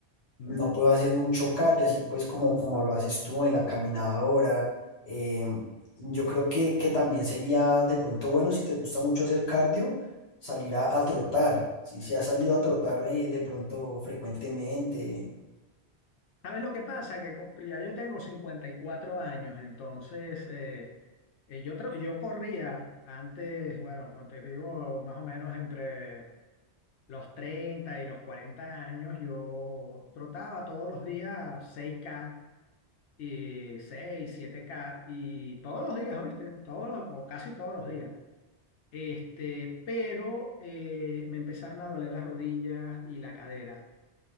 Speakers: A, on the left (about 75°); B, on the left (about 65°).
A: Mm.
B: no puedo hacer mucho cardio, así pues como, como lo haces tú en la caminadora. em, yo creo que, que también sería de pronto bueno si te gusta mucho hacer cardio, salir a, a trotar. Si, si has salido a trotar eh, de pronto frecuentemente.
A: ¿Sabes lo que pasa? Que co- ya yo tengo 54 años, entonces eh, eh, yo, tra- yo corría antes, bueno, como te digo, más o menos entre los 30 y los 40 años, yo trotaba todos los días seis k y seis, siete k y todos los días, ¿oíste? Todos los- o casi todos los días. Este, pero eh, me empezaron a doler las rodillas y la cadera.